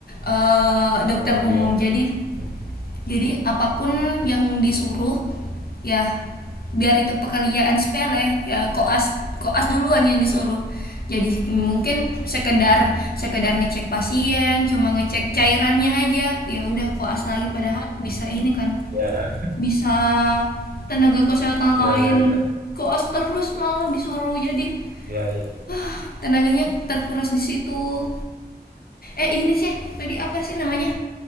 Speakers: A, on the left; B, on the right.
A: eh, dokter
B: Oh iya.
A: umum. Jadi
B: Mm.
A: jadi apapun yang disuruh ya biar itu pekerjaan sepele ya koas koas duluan yang disuruh jadi mungkin sekedar sekedar ngecek pasien cuma ngecek cairannya aja ya udah koas lagi padahal bisa ini kan
B: Ya,
A: bisa tenaga kesehatan
B: ya,
A: lain
B: ya, ya,
A: koas terus malah disuruh jadi
B: ya, ya.
A: ah, tenaganya terkuras di situ eh ini sih tadi apa sih namanya